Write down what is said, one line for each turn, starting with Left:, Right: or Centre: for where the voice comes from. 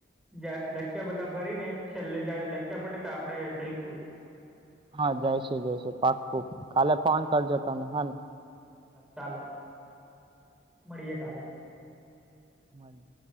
Centre: જ લેક્ચર બધા ભરી ને છેલ્લે જ્યારે લેક્ચર પટે તે આપડે જઈશું.
Right: હા જઈશું જઈશું પાક્કુ કાલે ફોન કરજો તમે હાને
Centre: ચાલો મળીએે કાલે
Right: મલી